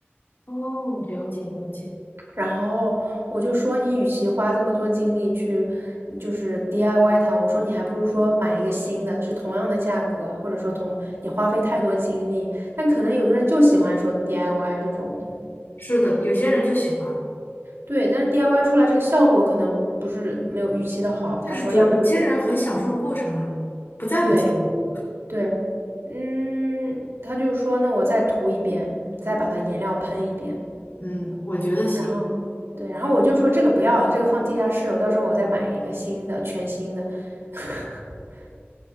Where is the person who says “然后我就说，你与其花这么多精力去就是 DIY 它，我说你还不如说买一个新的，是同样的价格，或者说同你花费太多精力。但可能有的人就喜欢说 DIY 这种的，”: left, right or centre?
Right